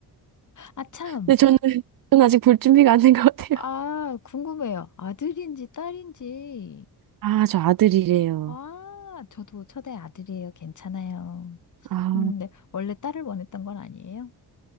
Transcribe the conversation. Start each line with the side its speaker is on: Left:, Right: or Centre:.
Left: 아, 참.
Right: 근데 저는, <laughs> 저는 아직 볼 준비가 안 된 것 같아요.
Left: 아, 궁금해요. 아들인지 딸인지.
Right: 아, 저 아들이래요.
Left: 아, 저도 첫애 아들이에요. 괜찮아요.
Right: 아,
Left: 음, 네. 원래 딸을 원했던 건 아니에요?